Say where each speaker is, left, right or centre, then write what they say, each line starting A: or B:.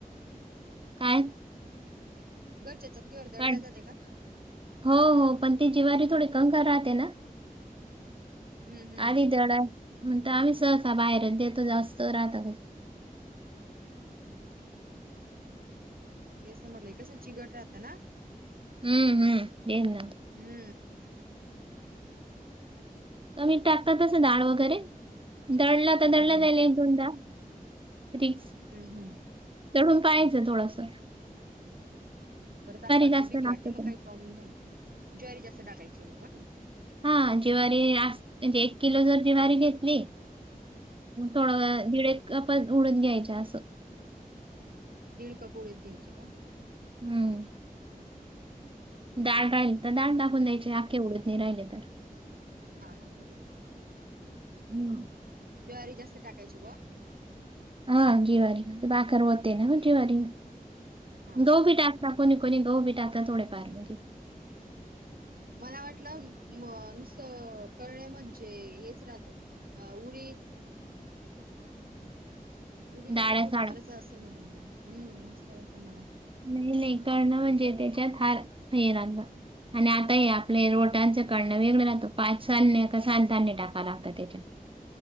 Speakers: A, on the right; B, on the right.
A: काय?
B: घरच्या चक्कीवर दळल्या
A: पण
B: जाते का?
A: हो. हो. पण ती जिवारी थोडी कंकर राहते ना?
B: हम्म हम्म
A: आधी <unintelligible> आम्ही सहसा बाहेरचं देतो जास्त राहता का.
B: <unintelligible> तेच म्हटलंय कसं चिगट राहतं ना.
A: हम्म हम्म <unintelligible>
B: हम्म
A: तुम्ही टाकता तसं डाळ वगैरे दळलं आता
B: हम्म
A: दळलं
B: हम्म
A: जाईल एक दोनदा <unintelligible>
B: हम्म हम्म
A: दळून पाहायचं थोडसं
B: परत असं वाटतं
A: जास्त
B: भीती
A: लागते
B: वाटते मग
A: पण.
B: काही प्रॉब्लेम झाला तर ज्वारी जास्त टाकायची मग हा
A: हा ज्वारी अस म्हणजे एक किलो जर ज्वारी घेतली थोडं दीड एक कप उडद घ्यायच्या असं
B: दीड कप उडीद घ्यायची का
A: हम्म डाळ राहिली तर डाळ टाकुन द्यायची आक्खी उडद नाही राहिली तर
B: हा हा बरोबर बरोबर
A: हम्म
B: ज्वारी जास्त टाकयची बुवा
A: हा ज्वारी भाकर होते
B: आणि
A: ना ज्वारी,
B: हा
A: गहू
B: बरोबर
A: बी टाक <unintelligible> गहू बी टाका थोडे फार म्हणजे
B: मला वाटलं अ नुसतं करळणे म्हणजे हेच राहत. अ उडीद. उडीद
A: डाळ्या-साळ्या
B: आणि थोडी फारच असेल म्हणून हम्म असं काय वाटल मला
A: नाही नाही करळणं म्हणजे त्याच्यात हार हे राहत आणि आता ह्या आपले रोटांचं करळण वेगळं लागतं पाच धान्य का सात धान्य टाकाव लागत त्याच्यात.